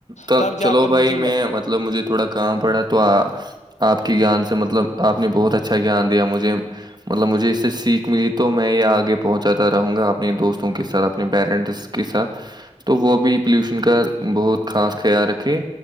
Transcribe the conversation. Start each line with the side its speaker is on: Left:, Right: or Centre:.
Right: تو
Left: تب جا
Right: چلو
Left: کر
Right: بھائی
Left: مجھے لگ
Right: میں مطلب مجھے تھوڑا کام پڑا تو آپ کی گیان سے مطلب آپ نے بہت اچھا گیان دیا مجھے مطلب مجھے اس سے سیکھ ملی تو میں یہ آگے پہنچاتا رہوں گا اپنے دوستوں کے ساتھ اپنے پیرنٹس کے ساتھ تو وہ بھی پولوشن کا بہت خاص خیال رکھے